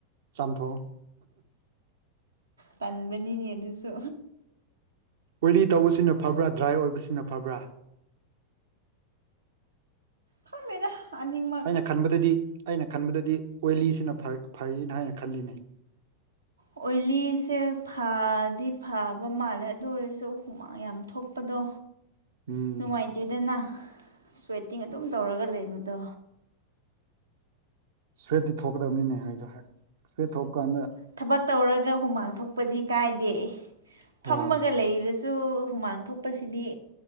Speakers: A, on the right; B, on the right.
A: ꯆꯝꯊꯣꯡ
B: ꯇꯟꯕꯅꯤꯅꯦ ꯑꯗꯨꯁꯨ
A: ꯑꯣꯏꯂꯤ ꯇꯧꯕꯁꯤꯅ ꯐꯕ꯭ꯔꯥ ꯗꯔꯥꯏ ꯑꯣꯏꯕꯁꯤꯅ ꯐꯕ꯭ꯔꯥ
B: ꯈꯪꯗꯦꯗ ꯑꯅꯤꯃꯛ
A: ꯑꯩꯅ ꯈꯟꯕꯗꯗꯤ ꯑꯩꯅ ꯈꯟꯕꯗꯗꯤ ꯑꯣꯏꯂꯤꯁꯤꯅ ꯐꯩꯅ ꯍꯥꯏꯅ ꯈꯜꯂꯤꯅꯦ
B: ꯑꯣꯏꯂꯤꯁꯦ ꯐꯗꯤ ꯐꯕ ꯃꯥꯜꯂꯦ ꯑꯗꯨ ꯑꯣꯏꯔꯁꯨ ꯍꯨꯃꯥꯡ ꯌꯥꯝ ꯊꯣꯛꯄꯗꯣ
A: ꯎꯝ
B: ꯅꯨꯡꯉꯥꯏꯇꯦꯗꯅ ꯁ꯭ꯋꯦꯠꯇꯤꯡ ꯑꯗꯨꯝ ꯇꯧꯔꯒ ꯂꯩꯕꯗ
A: ꯁꯋꯦꯠꯇꯤ ꯊꯣꯛꯀꯗꯕꯅꯤꯅꯦ ꯍꯥꯏꯗꯣ ꯁꯋꯦꯠ ꯊꯣꯛꯄ ꯀꯥꯟꯗ
B: ꯊꯕꯛ ꯇꯧꯔꯒ ꯍꯨꯃꯥꯡ ꯊꯣꯛꯄꯗꯤ ꯀꯥꯏꯗꯦ ꯐꯝꯃꯒ
A: ꯑꯣ
B: ꯂꯩꯔꯁꯤ ꯁꯨ ꯍꯨꯃꯥꯡ ꯊꯣꯛꯄꯁꯤꯗꯤ